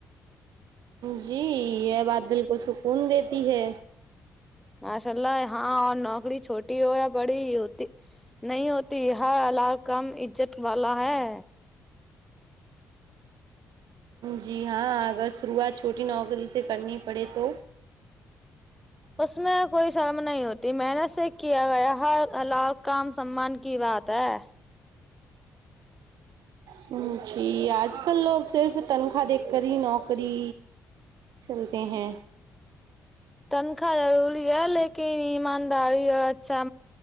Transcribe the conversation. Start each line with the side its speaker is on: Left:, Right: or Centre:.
Right: جی یہ بات دل کو سکون دیتی ہے
Centre: ماشاء اللہ ہاں اور نوکری چھوٹی ہو یا بڑی ہوتی نہیں ہوتی ہر حلال کم عزت والا ہے
Right: جی ہاں اگر شروعات چھوٹی نوکری سے کرنی پڑے تو
Centre: اس میں کوئی شرم نہیں ہوتی محنت سے کیا گیا ہر حلال کام سمان کی بات ہے
Right: ج ا جی آج کل لوگ صرف تنخواہ دیکھ کر ہی نوکری چلتے ہیں
Centre: تنخواہ ضروری ہے لیکن ایمانداری اور اچھا